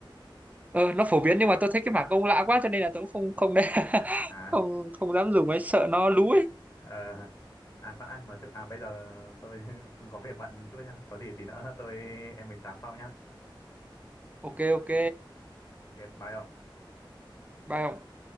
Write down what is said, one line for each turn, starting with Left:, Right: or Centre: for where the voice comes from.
Right: ờ, nó phổ biến nhưng mà tôi thấy cái mảng ông lạ quá cho nên là tôi cũng không không đấy <laughs>
Left: à
Right: không không dám dùng ấy sợ nó lú ấy
Left: à, à khoan đã, nói chung à bây giờ tôi <laughs> cũng có việc bận chút nhá có gì tí nữa tôi em mình tám sau nhá
Right: ok ok
Left: ok bye ông
Right: bye ông